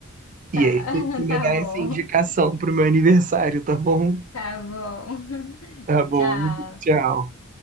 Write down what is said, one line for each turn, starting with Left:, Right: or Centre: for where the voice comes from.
Right: E
Left: Tá,
Right: aí
Left: <laughs>
Right: tu, tu me
Left: tá
Right: dá
Left: bom.
Right: essa indicação pro meu aniversário, tá bom?
Left: Tá bom.
Right: Tá
Left: <laughs>
Right: bom.
Left: Tchau.
Right: Tchau.